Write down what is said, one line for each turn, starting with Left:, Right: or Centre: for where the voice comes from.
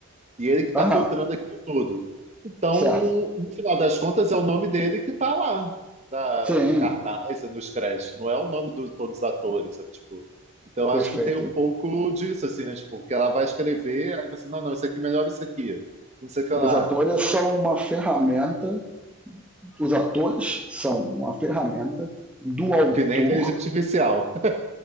Right: E ele que está
Centre: aham,
Right: filtrando aquilo tudo. Então,
Centre: certo.
Right: no final das contas, é o nome dele que está lá, tá
Centre: Sim,
Right: no cartaz, nos créditos. Não é o nome de todos os atores. É, tipo, então, acho
Centre: perfeito.
Right: que tem um pouco disso, assim, né? Tipo, que ela vai escrever, aí você, não, não, isso aqui é melhor isso aqui. Não sei o que lá.
Centre: Os atores são uma ferramenta, os atores são uma ferramenta do autor,
Right: Que nem inteligência artificial.